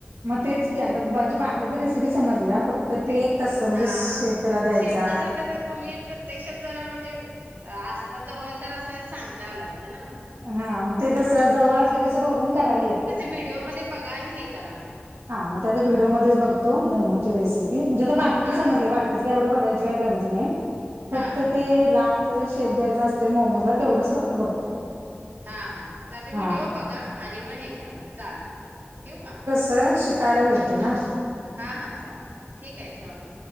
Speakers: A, on the right (about 80°); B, on the right (about 50°).
A: मग तेच की आता बाकीची रेसिपी समजल्या, फक्त तर ते कसं म्हणजे
B: हा
A: शेप
B: हा
A: त्याला द्यायचा.
B: शेप कसा तर ते तुम्ही प्रत्यक्षात जरा म्हणजे, असता जवळ तर असं सांगता आलं असतं ना.
A: हा मग ते कस जवळ असले कसं बघून करायला येतं.
B: व्हिडिओमध्येध्ये बघा आणि हे करा मग.
A: हा मग त्या आता व्हिडिओमध्येच बघतो. मोमोची रेसिपी म्हणजे आता बाकीचे
B: हा
A: समजले
B: हा
A: बाकी हेच काय एवढं बघायची काही गरज नाही
B: हा
A: फक्त
B: हा
A: ते
B: हा
A: लास्ट जे शेप द्यायचा असतय मोमोज ला तेवढंच फक्त बघतो.
B: हा हा चालेल
A: हा
B: व्हिडिओ बघा आणि मग हे करा मग चालेल ठेव का?
A: तर शिकायला भेटते ना.
B: हा हा चालत ठीक आहे ठेवा मग.